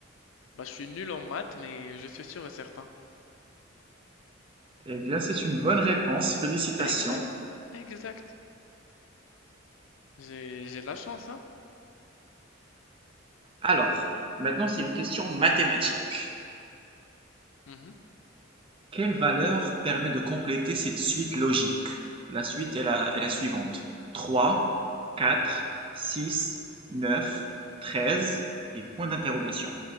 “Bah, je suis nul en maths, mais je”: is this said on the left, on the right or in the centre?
Left